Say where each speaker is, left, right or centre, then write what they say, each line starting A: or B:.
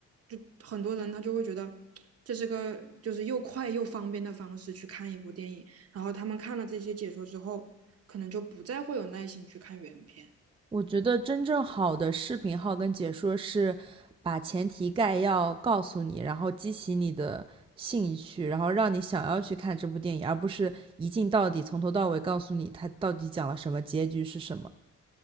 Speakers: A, on the right; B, on the right.
A: 就很多人他就会觉得这是个就是又快又方便的方式去看一部电影，然后他们看了这些解说之后，可能就不再会有耐心去看原片，
B: 我觉得真正好的视频号跟解说是把前提概要告诉你，然后激起你的兴趣，然后让你想要去看这部电影，而不是一镜到底，从头到尾告诉你它到底讲了什么，结局是什么。